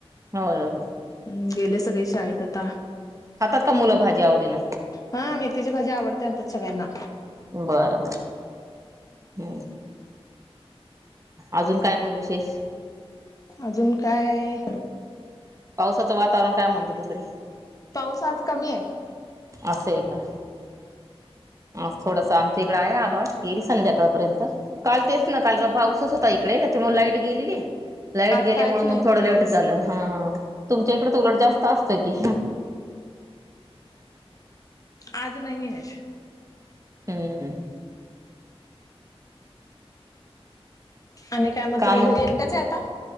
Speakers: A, on the right; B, on the left.
A: होय होय.
B: हम्म गेले सगळे शाळेत आता.
A: खातात का मुलं भाजी आवडीन?
B: हा मेथीची भाजी आवडते. आमच्यात सगळ्यांना.
A: बरं बरं. हम्म. अजून काय मग विशेष?
B: अजून काय
A: पावसाचं वातावरण काय म्हणत तिकडे?
B: पाऊस आज कमीये.
A: असंय का? आज थोडस आमच्या इकडे आहे आभाळ. येईल संध्याकाळपर्यंत. काल तेच ना काल र पाऊसच होता इकडे. त्याच्यामुळे लाईट गेलेली. लाईट
B: आज
A: गेल्यामुळे
B: कायच नाही
A: मग
B: इकडे
A: थोडं लेट
B: पाऊस.
A: झालं. हा तुमच्या इकडे त उलट जास्त असतोय की?
B: आज नाही ह
A: हम्म
B: आणि काय मग
A: काम
B: तुम्ही घरी एकट्याच आहे आता?